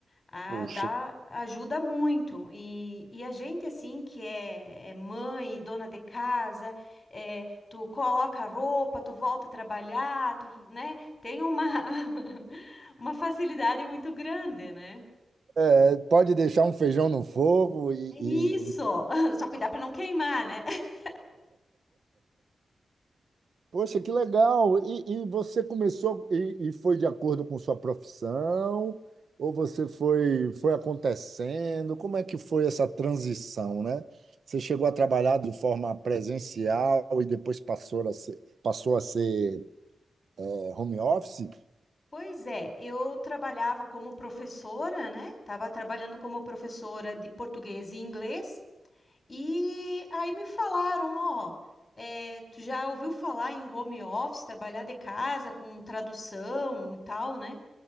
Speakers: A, on the left; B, on the right.
A: Ah,
B: Poxa,
A: dá, ajuda muito. E, e a gente, assim, que é, é mãe, dona de casa é, tu coloca a roupa, tu volta a trabalhar, tu, né? Tem uma, <laughs> uma facilidade muito grande, né?
B: É, pode deixar um feijão no fogo e,
A: Isso! <laughs> Só cuidar para não queimar, né? <laughs>
B: Poxa, que legal! E, e você começou e, e foi de acordo com sua profissão? Ou você foi, foi acontecendo? Como é que foi essa transição, né? Você chegou a trabalhar de forma presencial e depois passou a ser, passou a ser eh, home office?
A: Pois é, eu trabalhava como professora, né? Tava trabalhando como professora de português e inglês. E aí me falaram, ó, é, tu já ouviu falar em home office, trabalhar de casa com tradução e tal, né?